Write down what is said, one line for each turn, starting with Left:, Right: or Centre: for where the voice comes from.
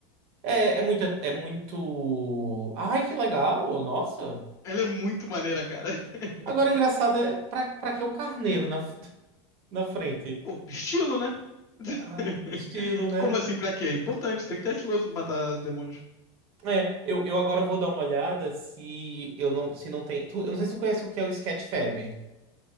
Right: É, é muito, é muito. Ai, que legal! Nossa!
Left: Ela é muito maneira, cara. <laughs>
Right: Agora, engraçado, é pra, pra que o carneiro na, <laughs> na frente?
Left: Pô, estilo, né? <laughs>
Right: Ah, estilo, né?
Left: Como assim, pra quê? É importante, tem que ter estiloso pra matar demônios.
Right: É, eu, eu agora vou dar uma olhada se eu não, se não tem. tu- eu não sei se você conhece o que é o Sketchfab.